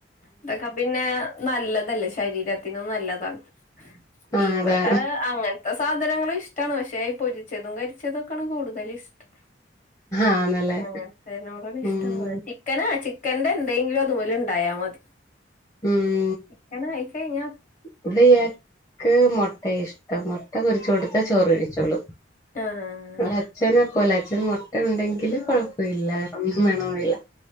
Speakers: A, on the left (about 45°); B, on the left (about 20°).
A: അതൊക്കെ പിന്നെ നല്ലതല്ലേ ശരീരത്തിനും നല്ലതാണ്
B: ആഹ്
A: ഇവിടെ
B: അതാ
A: അങ്ങന ത്ത സാധനങ്ങളും ഇഷ്ടമാണ് പക്ഷേ ഈ പൊരിച്ചതും കരിച്ചതും ഒക്കെയാണ് കൂടുതൽ ഇഷ്ടം
B: ആന്നല്ലേ
A: അങ്ങനെത്തേനോടാണ് ഇഷ്ടം
B: ഉം
A: <unintelligible> ചിക്കന്റ ചിക്കന്റെ എന്തെങ്കിലും അതുപോലെ ഉണ്ടായാൽ മതി
B: ഉം
A: ചിക്കൻ കഴിച്ച് കഴിഞ്ഞ
B: ഇവിട ഇയാക്ക് മുട്ടയ ഇഷ്ടം മുട്ട പൊരിച്ച് കൊടുത്ത ചോറ് കഴിച്ചോളും
A: ആഹ്
B: ഇവടെ അച്ഛനെ പോല അച്ഛന് മുട്ട ഉണ്ടെങ്കില് കൊഴപ്പമില്ല വേറൊന്നും വേണമെന്നില്ല